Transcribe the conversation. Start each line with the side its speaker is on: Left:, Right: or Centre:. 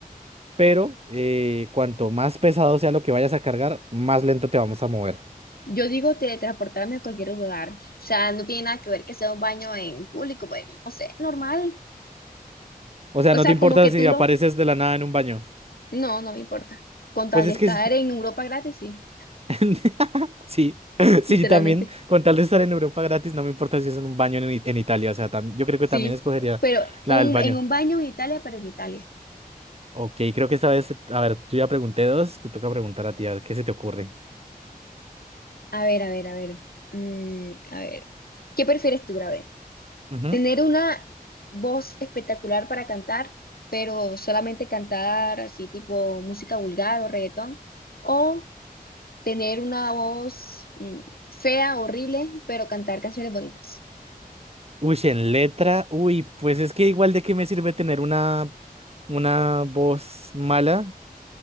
Right: pero eh, cuanto más pesado sea lo que vayas a cargar, más lento te vamos a mover.
Left: Yo digo teletransportarme a cualquier lugar. O sea, no tiene nada que ver que sea un baño en público, pues, no sé, normal.
Right: O sea,
Left: O
Right: no
Left: sea,
Right: te importa
Left: como que tú
Right: si apareces
Left: lo...
Right: de la nada en un baño.
Left: No, no me importa. Con tal
Right: Pues
Left: de
Right: es
Left: estar
Right: que
Left: en Europa gratis, sí,
Right: <laughs> Sí, sí,
Left: literalmente.
Right: yo también, con tal de estar en Europa gratis, no me importa si es en un baño en, I- en Italia, o sea, tam- yo creo que
Left: Sí,
Right: también escogería
Left: pero un,
Right: la del baño.
Left: en un baño en Italia, pero en Italia.
Right: Ok, creo que esta vez, a ver, yo ya pregunté dos, te toca preguntar a ti, a ver qué se te ocurre.
Left: A ver, a ver, a ver. Mm, a ver. ¿Qué prefieres tú, A ver,
Right: Ujú.
Left: ¿Tener una voz espectacular para cantar, pero solamente cantar así tipo música vulgar o reggaetón? ¿O tener una voz mm, fea, horrible, pero cantar canciones bonitas?
Right: Uy, si en letra, uy, pues es que igual de qué me sirve tener una, una voz mala